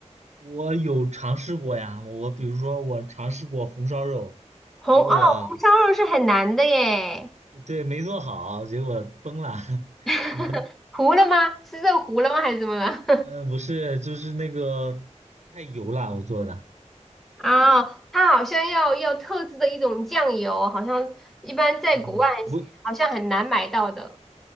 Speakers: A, on the right (about 70°); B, in the centre.
A: 我有尝试过呀，我比如说我尝试过红烧肉，
B: 红哦，
A: 结果
B: 红烧肉是很难的耶。
A: 对没做好，结果崩了，<laughs>
B: <laughs>
A: 只能
B: 糊了吗？是肉糊了吗？还是怎么了？
A: 嗯、呃不是就是那个太油了，我做的，
B: <laughs> 啊，它好像要要特制的一种酱油，好像一般在国外
A: 嗯味
B: 好像很难买到的。